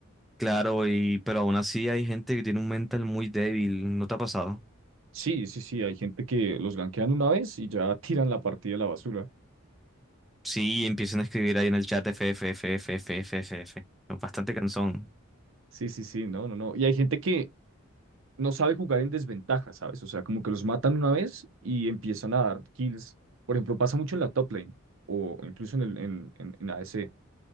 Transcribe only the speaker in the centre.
Claro, y pero aún así hay gente que tiene un mental muy débil, ¿no te ha pasado?
Sí, empiecen a escribir ahí en el chat F, F, F, F, F, F, F, F. Es Bastante cansón.